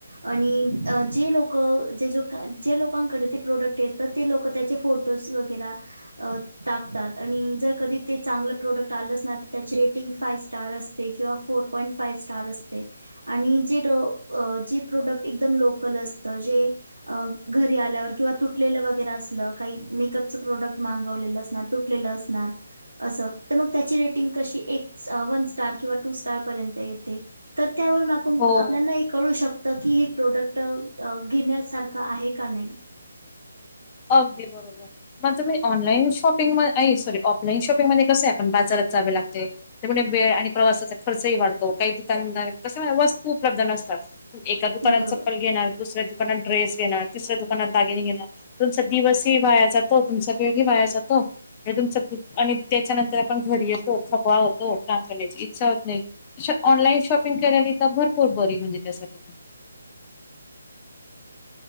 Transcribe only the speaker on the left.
हो.
अगदी बरोबर मग तुम्ही ऑनलाईन शॉपिंग म नाही, सॉरी ऑफलाईन शॉपिंग मध्ये कसंय आपण बाजारात जावे लागते. त्यामुळे वेळ आणि प्रवासाचा खर्चही वाढतो काही दुकानदार कस वस्तू उपलब्ध नसतात. एका दुकानात
चप्पल घेणार, दुसऱ्या दुकानात ड्रेस घेणार, तिसऱ्या दुकानात दागिने घेणार. तुमचा दिवसही वाया जातो, तुमचा वेळ ही वाया जातो हे तुमच आणि त्येच्यानंतर आपण घरी येतो, थपवा होतो काम करण्याची इच्छा होत नाही. श, ऑनलाईन शॉपिंग करायली तर भरपूर बरी म्हणजे त्यासाठी.